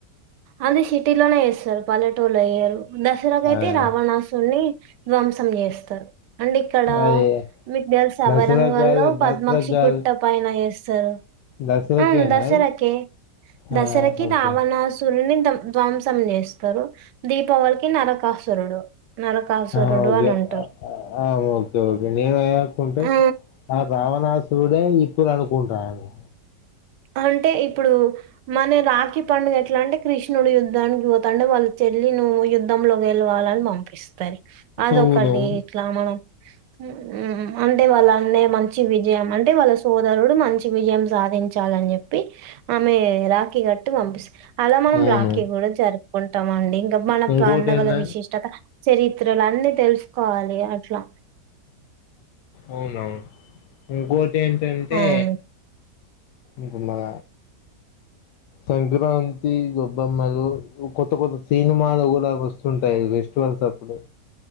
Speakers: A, on the right (about 80°); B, on the left (about 80°).
A: అది సిటీలోనే చేస్తరు పల్లెటూళ్లో జెయ్యరు దసరాకయితే
B: అదే అదే
A: రావణాసున్నీ ధ్వంసం చేస్తరు అండ్ ఇక్కడా
B: అది
A: మీకు దెల్సా
B: దసరాకు
A: వరంగల్
B: కాదు
A: లో పద్మాక్షి
B: దసరాకు కాదు
A: గుట్ట పైన చేస్తరు
B: దసరాకేనా
A: అవును దసరాకే,
B: అది
A: దసరకి
B: ఆ ఓకే
A: రావణాసుడ్ సుడ్ని ధం ధ్వంసం చేస్తరు, దీపావళికి నరకాసురుడు నరకాసురుడు
B: ఆ ఓకే
A: అని అంటారు
B: ఆ ఓకే ఓకే నేను ఏమనుకుంటే
A: ఆ
B: అవునా సూదయ్ ఇప్పుడనుకుంటాదే
A: హాంటే ఇప్పుడు మన రాఖీ పండుగేట్లాటే కృష్ణుడు యుద్ధానికి పోతంటే, వాళ్ళ చెల్లి నువ్వు యుద్ధంకిలో గేల్వా. లని పంపిస్తాది అదొకటి
B: అవునవును
A: ఇట్లా మనం మ్మ్ అంటే వాళ్ళ అన్నే. మంచి విజయం అంటే వాళ్ళ సోదరుడు మంచి విజయం సాధిం చాలని జెప్పి ఆమె రాఖీ గట్టి పంపిస్ అలా మనం
B: అవును
A: రాఖీ గూడా జరు. కుంటామండి మన
B: ఇంకోటి
A: పండగల
B: ఏంద
A: విశిష్టత చరిత్రలన్ని తెలుసుకోవాలి అట్లా.
B: అవునవును ఇంకోటేంటంటే.
A: అవును.
B: ఇప్పుడు మన సంక్రాంతి గొబ్బమ్మలు కొత్త, కొత్త సినిమాలు కూడా వస్తుంటాయి. <unintelligible> టూవల్సప్పుడు